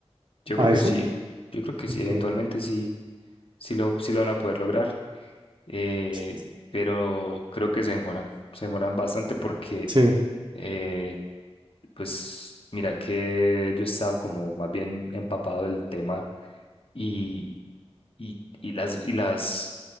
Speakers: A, on the left (about 55°); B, on the right (about 45°).
A: Yo creo
B: a
A: que
B: eso?
A: sí, yo creo que sí, eventualmente
B: Que,
A: sí, sí lo, sí lo van a poder lograr, eh,
B: sí,
A: pero creo que se demoran, se demoran bastante porque
B: sí,
A: eh, Pues mira que yo he estado como más bien empapado del tema y, y, y las y las